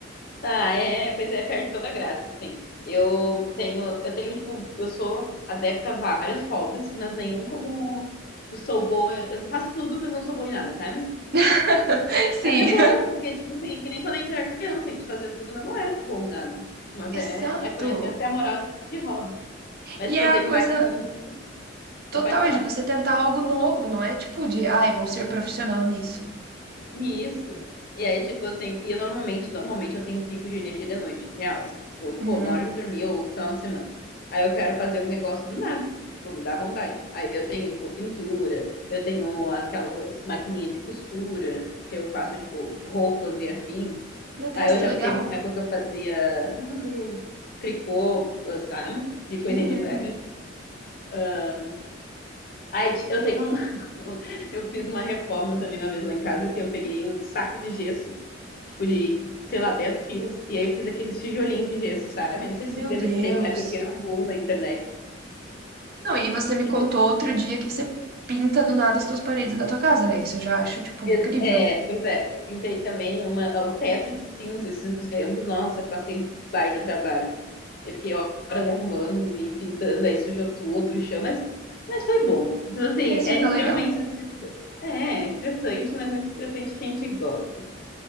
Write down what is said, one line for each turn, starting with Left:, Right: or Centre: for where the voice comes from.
Left: Ah, é, é, pois é, perde toda a graça, assim. Eu tenho, eu tenho, tipo, eu sou adepta a vários hobbies, mas nenhum como, tipo, sou boa, em- eu faço tudo, mas não sou boa em nada, sabe?
Right: <laughs> Sim,
Left: Mas é bom, porque, tipo, assim, que nem quando a gente era criança, a gente fazia tudo, mas não era bom em nada. Mas
Right: exato.
Left: é, é por, essa é a moral de, de hobbies. Mas,
Right: E
Left: tipo,
Right: é
Left: eu tenho
Right: a coisa
Left: maquininha do...
Right: total
Left: Pode falar.
Right: é de você tentar algo novo, não é tipo de, ai, vou ser profissional nisso.
Left: E Isso. E aí, tipo assim, e eu normalmente, normalmente eu tenho um pico de energia de noite, real, assim. Tipo,
Right: Uhum.
Left: pô, na hora de dormir ou final de semana. Aí eu quero fazer um negócio do nada, tipo, me dá vontade. Aí eu tenho, tipo, pintura, eu tenho aquelas maquininhas de costura, que eu faço, tipo, roupas e afins.
Right: Meu Deus,
Left: Aí
Right: que
Left: eu já
Right: legal.
Left: teve uma época que eu fazia, como é que é o nome daquilo? Tricô, sabe? De coisinha
Right: Uhum.
Left: de velho. Ah, Aí ti- eu tenho um, <laughs> eu fiz uma reforma também uma vez lá em casa, que eu peguei um saco de gesso tipo, de, sei lá, 10 quilos. E aí eu fiz aqueles tijolinhos de gesso, sabe? Não sei
Right: Meu
Left: se você lembra
Right: Deus.
Left: que teve uma época que era um boom na internet.
Right: Não, e você me
Left: Que
Right: contou
Left: todo mundo
Right: outro dia que você pinta do nada as tuas paredes da tua casa, né? Isso eu já acho, tipo,
Left: fez-
Right: incrível.
Left: É, pois é, eu pintei também uma, o teto de cinza esses tempos. Nossa, passei um baita trabalho. Eu fiquei horas arrumando e pintando, aí sujou tudo o chão, mas, mas foi bom. Então, assim,
Right: Mas
Left: é
Right: fica
Left: extremamente
Right: legal.
Left: estressante. É, é estressante, mas não é estressante que a gente gosta.